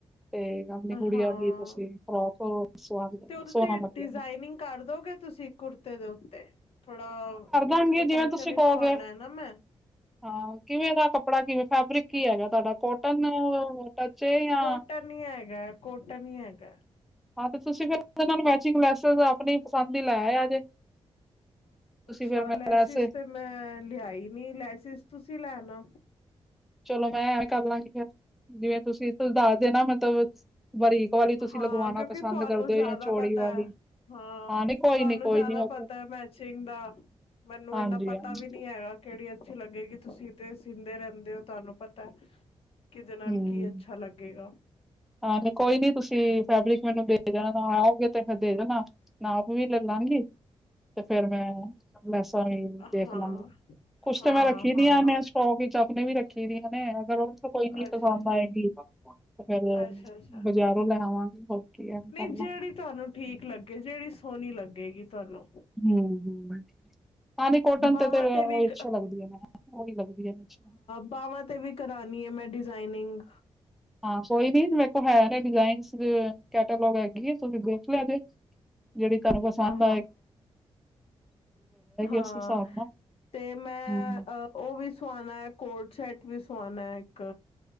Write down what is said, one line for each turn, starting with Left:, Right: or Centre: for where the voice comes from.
Centre: ਤੇ ਅਪਣੀ ਗੁੜੀਆ
Left: ਹਾਂ
Centre: ਦੀ ਤੁਸੀ ਫਰੋਕ ਹੋਰ ਓ ਸਵਾ ਲੋ
Left: ਤੇ ਉਹਦੇ
Centre: ਸੋਨਾ
Left: ਤੇ
Centre: ਲਗੇਗਾ।
Left: ਡਿਜ਼ਾਇਨਿੰਗ ਕਰ ਦੋਗੇ ਤੁਸੀਂ ਕੁੜਤੇ ਦੇ ਉੱਤੇ। ਥੋੜਾ
Centre: ਦਾਂਗੇ
Left: ਕਿਉਂਕਿ ਫੰਕਸ਼ਨ
Centre: ਜਿਵੇਂ ਤੁਸੀਂ
Left: ਵਿਚ
Centre: ਕਹੋਗੇ
Left: ਪਾਨਾ ਐ ਨਾ ਮੈਂ।
Centre: ਹਾਂ, ਕਿਵੇਂ ਦਾ ਕੱਪੜਾ ਕਿਵੇਂ ਫੈਬਰਿਕ ਕੀ ਹੈਗਾ ਤੁਹਾਡਾ ਕੋਟਨ। ਟੱਚ ਏ ਜਾਂ
Left: ਕੋਟਨ ਹੀ ਹੈਗਾ ਕੋਟਨ ਹੀ ਹੈਗਾ।
Centre: ਹਾਂ ਤੇ ਤੁਸੀਂ ਫਿਰ ਉਹਦੇ ਨਾਲ ਮੈਚਿੰਗ ਲੈਸੇਸ ਆਪਣੀ ਪਸੰਦ ਦੀ ਲੈ ਆਯਾ ਜੇ। ਤੁਸੀਂ
Left: ਅੱਛਾ
Centre: ਫਿਰ ਮੈਂ
Left: ਲੈਸਿਸ
Centre: ਲੈਸ
Left: ਤੇ ਮੈਂ ਲਿਆਈ ਨੀ ਲੈਸਿਸ ਤੁਸੀ ਲੈ ਆਨਾ।
Centre: ਚਲੋ ਮੈਂ ਐਵੇਂ ਕਰ ਲਾਂਗੀ ਫੇਰ ਜਿਵੇਂ ਤੁਸੀਂ ਤੁਸ ਦੱਸ ਦੇਨਾ ਮਤਲਬ ਬਰੀਕ। ਵਾਲੀ ਤੁਸੀਂ
Left: ਹਾਂ
Centre: ਲਗਵਾਉਣਾ
Left: ਕਿਉਂਕਿ
Centre: ਪਸੰਦ
Left: ਤੁਹਾਨੂੰ
Centre: ਕਰਦੇ
Left: ਜ਼ਿਆਦਾ
Centre: ਹੋ ਜਾਂ ਚੋੜੀ
Left: ਪਤਾ
Centre: ਵਾਲੀ।
Left: ਹੈ ਹਾਂ
Centre: ਨੀ ਕੋਈ
Left: ਤੁਹਾਨੂੰ
Centre: ਨੀ ਕੋਈ
Left: ਜ਼ਿਆਦਾ
Centre: ਨੀ ਓਕੇ।
Left: ਪਤਾ ਏ ਮੈਚਿੰਗ ਦਾ। ਮੈਨੂੰ
Centre: ਹਾਂਜੀ
Left: ਇੰਨਾ ਪਤਾ
Centre: ਹਾਂਜੀ
Left: ਵੀ ਨੀ ਹੈਗਾ। ਕੇਹੜੀ ਅੱਛੀ ਲੱਗੇਗੀ ਤੁਸੀ ਤੇ ਸੀਂਦੇ ਰਹਿੰਦੇ ਓ ਤੁਹਾਨੂੰ ਪਤਾ ਐ। ਕਿਦੇ ਨਾਲ
Centre: ਹੂੰ
Left: ਕੀ ਅੱਛਾ ਲੱਗੇਗਾ।
Centre: ਹਾਂ ਨੀ ਕੋਈ ਨੀ ਤੁਸੀ ਫੈਬਰਿਕ ਮੈਨੂੰ ਦੇ ਜਾਣਾ ਆਓਗੇ ਤੇ ਫੇਰ ਦੇ ਜਾਣਾ। ਨਾਪ ਵੀ ਲੈ ਲਾਂਗੀ ਤੇ ਫੇਰ ਮੈਂ ਲੈਸਾਂ ਵੀ ਦੇਖ
Left: ਹਾਂ
Centre: ਲਾਂਗੀ। ਕੁਛ
Left: ਹਾਂ
Centre: ਤੇ ਮੈਂ ਰੱਖੀ
Left: ਹਾਂ
Centre: ਦੀਆਂ ਨੇ ਸਟੋਕ ਵਿੱਚ ਅਪਣੇ ਵੀ ਰੱਖੀ ਦੀਆਂ ਨੇ ਅਗਰ ਓਦੇ ਚੋ ਕੋਈ ਨੀ
Left: ਅੱਛਾ
Centre: ਪਸੰਦ ਆਏਗੀ। ਫੇਰ
Left: ਅੱਛਾ ਅੱਛਾ
Centre: ਬਜ਼ਾਰੋਂ ਲੈਆਵਾਂਗੇ ਹੋਰਕੀ ਐਵੇਂ
Left: ਨਹੀਂ
Centre: ਕਰਲਾਂਗੇ।
Left: ਜਿਹੜੀ ਤੁਹਾਨੂੰ ਠੀਕ ਲੱਗੇ ਜਿਹੜੀ ਸੋਹਣੀ ਲੱਗੇਗੀ ਤੁਹਾਨੂੰ।
Centre: ਹੂੰ ਹੁਂ। ਖਾਲੀ ਕੋਟਨ
Left: ਬਾਹਵਾਂ
Centre: ਤੇ ਓ,
Left: ਵੀ
Centre: ਉਹੀ ਅੱਛੀ ਲੱਗਦੀ ਏ ਨਾ ਉਹੀ ਲੱਗਦੀ ਏ ਅੱਛਾ
Left: ਬਾਾਹਵਾਂ ਤੇ ਵੀ। ਕਰਾਨੀ ਏ ਮੈਂ ਡਿਜ਼ਾਇਨਿੰਗ।
Centre: ਹਾਂ ਕੋਈ ਨੀ ਮੇਰੇ ਕੋਲ ਹੈਗੇ ਨੇ ਡਿਜ਼ਾਇਨ ਕੈਟਾਲੋਗ ਹੈਗੀ ਆ ਤੁਸੀਂ ਦੇਖ ਲਿਆ ਜੇ। ਜੇੜੀ ਤੁਹਾਨੂੰ ਪਸੰਦ
Left: ਹਾਂ
Centre: ਆਏ।
Left: ਹਾਂ
Centre: ਉਸ ਹਿਸਾਬ ਨਾਲ
Left: ਤੇ ਮੈਂ
Centre: ਹੂੰ
Left: ਅ। ਉਹ ਵੀ ਸਵਾਣਾ ਹੈ ਕੋਟ ਸ਼ੈਟ ਵੀ ਸਵਾਣਾ ਇੱਕ।